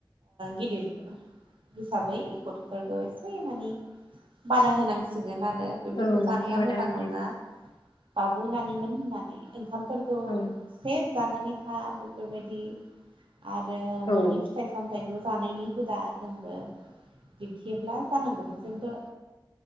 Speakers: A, on the right; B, on the left.
A: गिदिर हिसाबै गथ'फोरखौ एसे माने बादा होनांसिगोन आरो बेफोरखौ
B: औ
A: जानाया
B: बादा
A: मोजां
B: होनाया
A: नङा बाबु नानिमोन होननानै ओंखामफोरखौ
B: औ
A: जानानै था बेफोरबायदि आरो
B: औ
A: न'नि फि फिथाइ सामथाइखौ जानायनि हुदा जोंबो बिदियोब्ला जानांगौ बिसोरबो